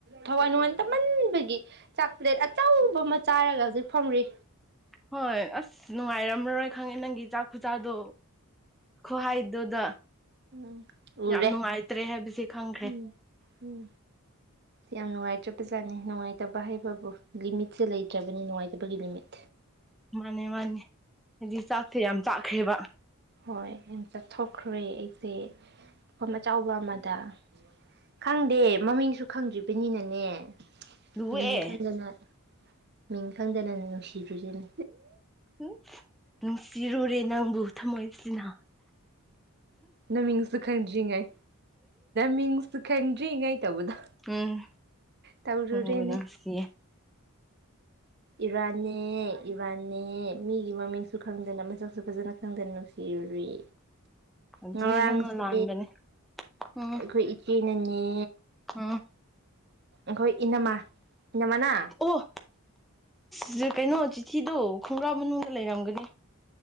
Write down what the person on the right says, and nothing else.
ꯊꯋꯥꯏ ꯅꯨꯡꯉꯏ ꯇꯝꯃꯟꯕꯒꯤ ꯆꯥꯛꯄ꯭ꯂꯦꯠ ꯑꯆꯧꯕ ꯑꯃ ꯆꯥꯔꯒ ꯍꯧꯖꯤꯛ ꯐꯝꯔꯤ
ꯎꯝ ꯎꯔꯦ
ꯎꯝ ꯎꯝ ꯌꯥꯝ ꯅꯨꯡꯉꯥꯏꯇ꯭ꯔꯥ ꯄꯖꯥꯅꯤ ꯅꯨꯡꯉꯥꯏꯇ ꯅꯨꯡꯉꯏꯇꯕ ꯍꯥꯏꯕꯕꯨ ꯂꯤꯃꯤꯠꯁꯦ ꯂꯩꯇ꯭ꯔꯕꯅꯤ ꯅꯨꯡꯉꯥꯏꯇꯕꯒꯤ ꯂꯤꯃꯤꯠ
ꯍꯣꯏ ꯌꯥꯝ ꯆꯥꯊꯣꯛꯈ꯭ꯔꯦ ꯑꯩꯁꯦ ꯄꯨꯈꯝ ꯑꯆꯧꯕ ꯑꯃꯗ ꯈꯪꯗꯦ ꯃꯃꯤꯡꯁꯨ ꯈꯪꯗ꯭ꯔꯤꯕꯅꯤꯅꯅꯦ
ꯃꯤꯡ ꯈꯪꯗꯅ ꯃꯤꯡ ꯈꯪꯗꯅꯅ ꯅꯨꯡꯁꯤꯈ꯭ꯔꯤꯁꯤꯅꯦ
ꯅꯃꯤꯡꯁꯨ ꯈꯪꯗ꯭ꯔꯤꯉꯩ ꯃꯤꯡꯁꯨ ꯈꯪꯗ꯭ꯔꯤꯉꯩ ꯇꯧꯕꯗꯣ
ꯇꯧꯔꯨꯔꯦꯅꯦ
ꯏꯔꯥꯟꯅꯦ ꯏꯔꯥꯟꯅꯦ ꯃꯤꯒꯤ ꯃꯃꯤꯡꯁꯨ ꯈꯪꯗꯅ ꯃꯁꯛꯁꯨ ꯐꯖꯅ ꯈꯪꯗꯅ ꯅꯨꯡꯁꯤꯔꯨꯔꯤ
ꯉꯔꯥꯡꯁꯦ
ꯑꯩꯈꯣꯏ ꯏꯆꯦ ꯑꯩꯅꯥꯅꯦ
ꯑꯩꯈꯣꯏ ꯏꯅꯝꯃꯥ ꯏꯅꯝꯃꯅꯥ